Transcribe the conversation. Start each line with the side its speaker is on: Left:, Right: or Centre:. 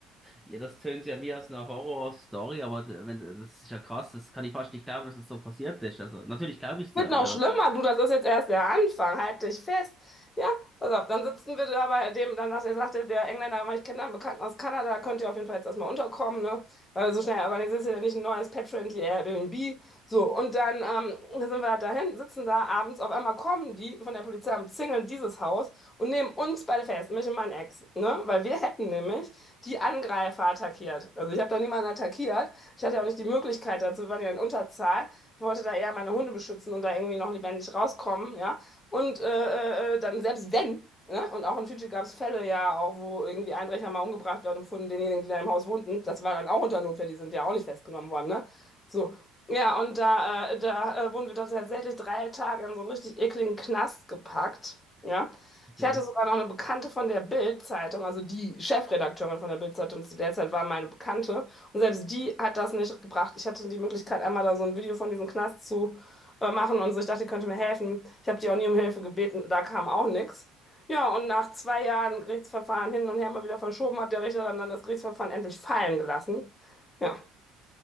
Centre: Ja, das tönt ja wie aus einer Horror-Story, aber d- wenn, äh, das ist ja krass. Das kann ich fast nicht glauben, dass das so passiert ist. Also, natürlich glaube ich es
Left: Wird
Centre: dir,
Left: noch
Centre: aber
Left: schlimmer, du, das ist jetzt erst der Anfang, halt dich fest. Ja, pass auf, dann sitzen wir da bei dem, dann sagt er, sagte der Engländer, aber ich kenne da einen Bekannten aus Kanada, da könnt ihr auf jeden Fall jetzt erstmal unterkommen, ne? Weil so schnell organisiert ihr ja nicht ein neues Pet-Friendly Airbnb. So, und dann ähm, sind wir halt dahin, sitzen da abends, auf einmal kommen die von der Polizei und zingeln dieses Haus und nehmen uns beide fest, mich und meinen Ex, ne? Weil wir hätten nämlich die Angreifer attackiert. Also ich habe da niemanden attackiert, ich hatte ja auch nicht die Möglichkeit dazu, wir waren ja in Unterzahl. Ich wollte da eher meine Hunde beschützen und da irgendwie noch lebendig rauskommen, ja. Und äh, äh, dann selbst wenn, ne? Und auch in Fidschi gab es Fälle ja auch, wo irgendwie Einbrecher mal umgebracht werden und von denjenigen, die da im Haus wohnten. Das war dann auch unter Notwehr, die sind ja auch nicht festgenommen worden, ne? So. Ja, und da, äh, da äh, wurden wir dann tatsächlich drei Tage in so einen richtig ekligen Knast gepackt. Ja.
Centre: okay.
Left: Ich hatte sogar noch eine Bekannte von der Bild-Zeitung, also die Chefredakteurin von der Bild-Zeitung zu der Zeit war meine Bekannte. Und selbst die hat das nicht gebracht. Ich hatte die Möglichkeit, einmal da so ein Video von diesem Knast zu äh, machen und so. Ich dachte, die könnte mir helfen. Ich habe die auch nie um Hilfe gebeten, da kam auch nichts. Ja, und nach zwei Jahren Gerichtsverfahren hin und her mal wieder verschoben, hat der Richter dann, dann das Gerichtsverfahren endlich fallen gelassen. Ja.